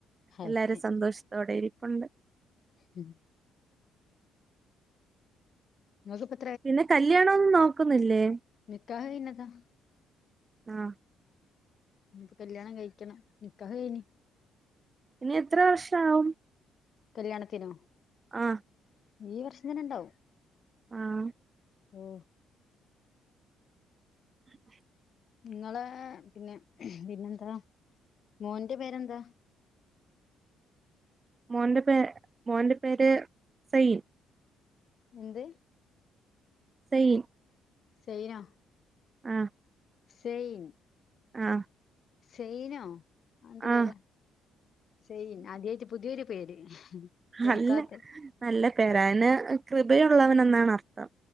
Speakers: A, on the left; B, on the right.
A: ഹാപ്പി
B: എല്ലാരും സന്തോഷ്ത്തോടെ ഇരിപ്പൊണ്ട്
A: ഉം നിങ്ങക്കിപ്പെ
B: പിന്നെ കല്യാണൊന്നോക്കുന്നില്ലേ
A: നിക്കാഹൈന്നതാ
B: ആഹ്
A: ഇഞ്ഞിപ്പ കല്യാണം കൈക്കണം നിക്കാഹൈന്
B: ഇനി എത്ര വർഷാവും
A: കല്യാണത്തിനോ
B: ആഹ്
A: ഈ വർഷം തനെണ്ടാവും
B: ആഹ്
A: ഓഹ്
B: <unintelligible>
A: നിങ്ങളെ പിന്നെ പിന്നെന്താ മോന്റെ പേരെന്താ
B: മോന്റെ പേ മോന്റെ പേര് സെയിൻ
A: എന്ത്
B: സെയിൻ
A: സെയോ
B: ആഹ്
A: സെയിൻ
B: ആഹ്
A: സെയിനോ അയെന്ത്‌ പേരാ
B: ആഹ്
A: സെയിൻ അദ്യേറ്റ് പുത്യൊരു പേര് കേൾക്കാത്ത
B: അല്ല നല്ല പേര അന് കൃപയുള്ളവനെന്നാണർത്ഥം